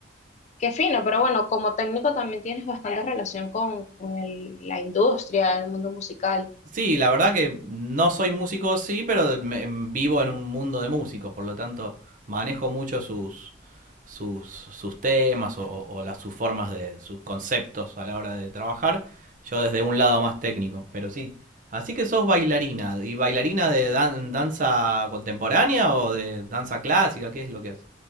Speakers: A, on the left (about 35°); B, on the right (about 40°).
A: Qué fino, pero bueno, como técnico también tienes bastante relación con, con el- la industria, el mundo musical.
B: Sí, la verdad que no soy músico, sí, pero me- em, vivo en un mundo de músicos, por lo tanto manejo mucho sus, sus, sus temas o, o- o las, sus formas de sus conceptos a la hora de trabajar, yo desde un lado más técnico, pero sí. Así que sos bailarina, ¿y bailarina de dan- danza contemporánea o de danza clásica? ¿Qué es lo que haces?